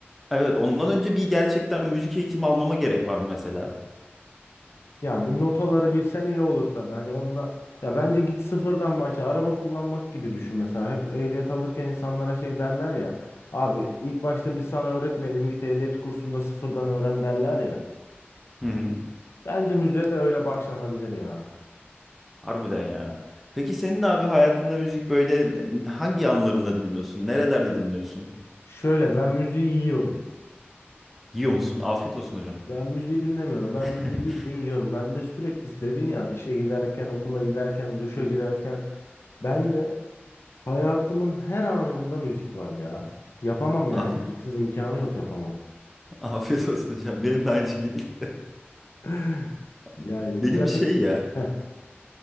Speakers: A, in the centre; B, on the left (about 80°).
A: evet ondan önce bir gerçekten müzik eğitimi almama gerek var mı mesela?
B: Ya bir notaları bilsen iyi olur tabii. Hani onda ya bence git sıfırdan başla. Araba kullanmak gibi düşün mesela. Hep ehliyet alırken insanlara şey derler ya. Abi ilk başta biz sana öğretmeyelim git ehliyet kursunda sıfırdan öğren derler ya.
A: Hı hı.
B: Bence müziğe de öyle başlanabilir ya.
A: Harbiden ya. Peki senin abi hayatında müzik böyle n- hangi anlarında dinliyorsun? Nerelerde dinliyorsun?
B: Şöyle ben müziği yiyorum.
A: Yiyor musun? Afiyet olsun hocam.
B: Ben müziği dinlemiyorum. Ben
A: <laughs>
B: müziği bildiğin yiyorum. Ben de sürekli dedin ya işe giderken, okula giderken, duşa girerken. Ben de hayatımın her anında müzik var ya. Yapamam yani.
A: Af
B: Müziksiz imkanı yok yapamam.
A: afiyet olsun hocam. Benim de aynı şekilde.
B: <laughs> Yani
A: <laughs> Benim
B: güzel
A: şey
B: pe...
A: ya.
B: Heh,